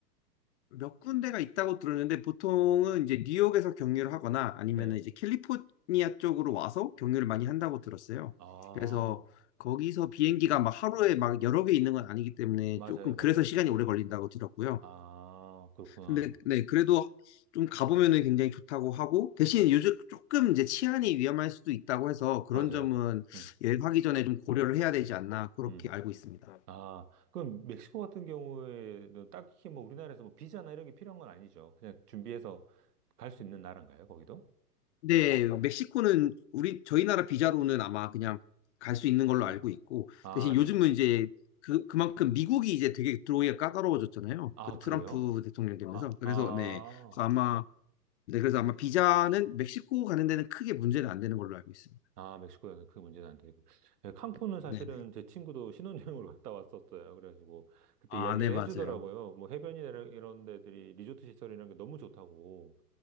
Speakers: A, on the left; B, on the right.
A: 몇 군데가 있다고 들었는데 보통은 이제 뉴욕에서 경유를 하거나 아니면
B: 네.
A: 이제 캘리포니아 쪽으로 와서 경유를 많이 한다고 들었어요.
B: 아,
A: 그래서 거기서 비행기가 막 하루에 막 여러 개 있는 건 아니기 때문에
B: 맞아요,
A: 조금
B: 맞아요.
A: 그래서 시간이 오래 걸린다고 들었고요.
B: 아, 그렇구나.
A: 근데 네, 그래도 좀 가보면은 굉장히 좋다고 하고 대신
B: 음,
A: 요즘 조금 이제 치안이 위험할 수도 있다고 해서 그런
B: 맞아요.
A: 점은
B: 음,
A: 여행하기 전에 좀 고려를 해야 되지 않나 그렇게
B: 음.
A: 알고 있습니다.
B: 아, 그럼 멕시코 같은 경우에는 딱히 뭐 우리나라에서 뭐 비자나 이런 게 필요한 건 아니죠. 그냥 준비해서 갈 수 있는 나라인가요, 거기도?
A: 근데 멕시코는 우리 저희 나라 비자로는 아마 그냥 갈 수 있는 걸로
B: 아,
A: 알고 있고
B: 아,
A: 대신
B: 네.
A: 요즘은 이제 그 그만큼 미국이 이제 되게 들어오기가 까다로워졌잖아요.
B: 아,
A: 그
B: 그래요?
A: 트럼프 대통령 되면서
B: 아,
A: 그래서
B: 아.
A: 네 그래서 아마 네 그래서 아마 비자는 멕시코 가는 데는 크게 문제는 안 되는 걸로 알고 있습니다.
B: 아, 멕시코에는 그 문제는 안 되고. 예, 칸쿤은 사실은
A: 네네
B: 제 친구도 신혼여행으로 <laughs> 갔다 왔었어요. 그래가지고 그때
A: 아
B: 이야기를
A: 네 맞아요
B: 해주더라고요. 뭐 해변이나 이런 데들이 리조트 시설 이런 게 너무 좋다고.